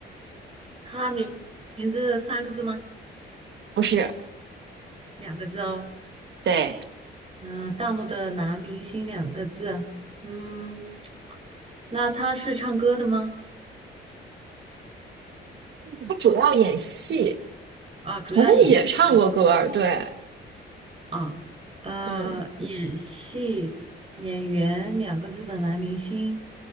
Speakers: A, on the right; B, on the right.
A: 他名名字三个字吗？
B: 不是，
A: 两个字哦。
B: 对，
A: 嗯、大陆的男明星两个字啊，嗯，那他是唱歌的吗？
B: 他主要演戏。
A: 啊，主要演戏的呀。
B: 好像也唱过歌对，
A: 啊，呃，
B: 嗯，
A: 演戏演员两个字的男明星，